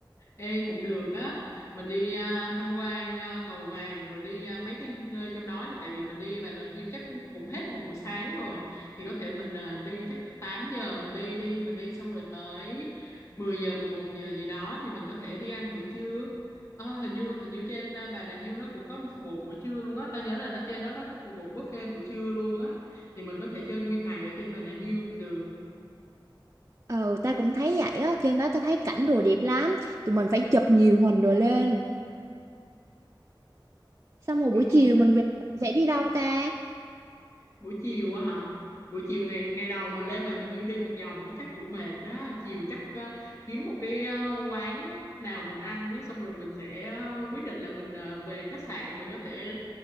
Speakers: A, on the left; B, on the right.
A: Ê cũng được á, mình đi à, tham quan à, cầu vàng rồi đi à, mấy cái nơi trong đó thì tại vì mình đi Bà Nà Hills chắc cũng hết một buổi sáng rồi thì có thể mình à, đi chắc cỡ 8 giờ mình đi đi, mình đi xong rồi tới 10 giờ 11 giờ gì đó thì mình có thể đi ăn buổi trưa. Ờ, hình như hình như trên à, Bà Nà Hills nó cũng có phục vụ buổi trưa luôn á, tao nhớ là nó trên đó nó cũng phục vụ buffet buổi trưa luôn á. Thì mình có thể chơi nguyên ngày ở trên Bà Nà Hills cũng được.
B: Ờ, ta cũng thấy vậy á, trên đó ta thấy cảnh đồ đẹp lắm. Tụi mình phải chụp nhiều hình đồ lên. Xong rồi
A: Ừ.
B: buổi chiều mình về sẽ đi đâu ta?
A: buổi chiều á hả buổi chiều ngày ngày đầu mà lên Bà Nà Hills đi một vòng nó chắc cũng mệt đó chiều chắc ờ, kiếm một cái ờ, quán á, nào mình ăn đó xong rồi mình sẽ ờ, quyết định là mình ờ, về khách sạn mình có thể